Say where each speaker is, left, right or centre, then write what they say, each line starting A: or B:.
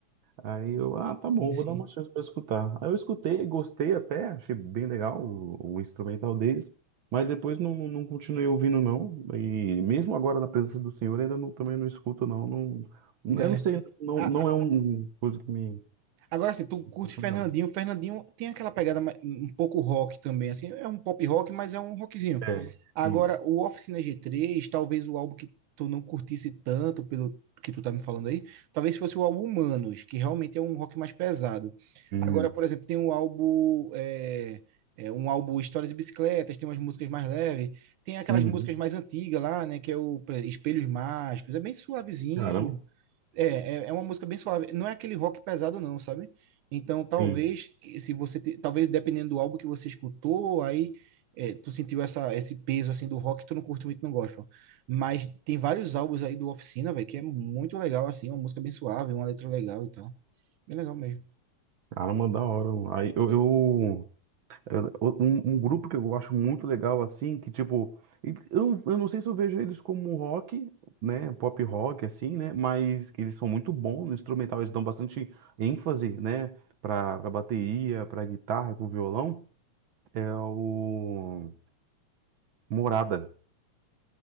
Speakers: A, on the right; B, on the right.
A: Aí eu, ah, tá bom,
B: Sim, sim.
A: vou dar uma chance para escutar. Aí eu escutei, gostei até, achei bem legal o, o instrumental deles, mas depois não, não não continuei ouvindo, não. E mesmo agora na presença do Senhor, ainda não, também não escuto, não. Não,
B: É.
A: eu não sei, não,
B: A,
A: não é uma coisa que me.
B: Agora, assim, tu curte
A: Acho
B: Fernandinho.
A: legal.
B: Fernandinho tem aquela pegada ma- um pouco rock também, assim, é um pop rock, mas é um rockzinho.
A: É,
B: Agora,
A: isso.
B: o Oficina G3, talvez o álbum que tu não curtisse tanto, pelo que tu tá me falando aí, talvez fosse o álbum Humanos, que realmente é um rock mais pesado.
A: Hum,
B: Agora, por exemplo, tem um álbum, é, é, um álbum Histórias e Bicicletas, tem umas músicas mais leves, tem aquelas
A: uhum.
B: músicas mais antigas lá, né, que é o por exemplo, Espelhos Mágicos, é bem suavezinho.
A: Caramba,
B: É, é, é uma música bem suave. Não é aquele rock pesado, não, sabe? Então, talvez,
A: sim.
B: que- se você, te- talvez dependendo do álbum que você escutou, aí é, tu sentiu essa, esse peso assim do rock, tu não curte muito, não gosta. Mas tem vários álbuns aí do Oficina, velho, que é muito legal, assim, uma música bem suave, uma letra legal e tal. Bem legal mesmo.
A: Caramba, da hora. mano. Aí eu, eu, eu- um, um grupo que eu acho muito legal, assim, que tipo, eu, não- eu não sei se eu vejo eles como um rock, né? Pop rock, assim, né? Mas que eles são muito bons no instrumental, eles dão bastante ênfase, né? Pra, pra bateria, pra guitarra, pro violão. É o Morada.